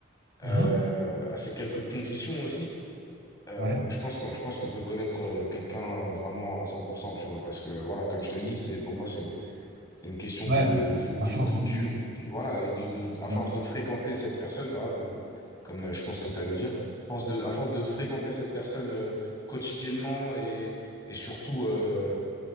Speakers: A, on the left; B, on the right.
A: euh,
B: Hein?
A: à ces quelques conditions aussi. Euh,
B: Ouais.
A: on- je pense qu'on, je pense qu'on peut connaître euh, quelqu'un euh, vraiment à cent pour cent tu vois, parce que voilà, comme je te dis, c'est pour moi, c'est c'est une question
B: Ouais.
A: de, de, de,
B: À force
A: de,
B: de...
A: du- voilà, de, de- à force
B: Ouais.
A: de fréquenter cette personne, voilà, comme, comme euh, je pense que tu allais dire, à force de, à force de fréquenter cette personne euh, quotidiennement et, et surtout, euh,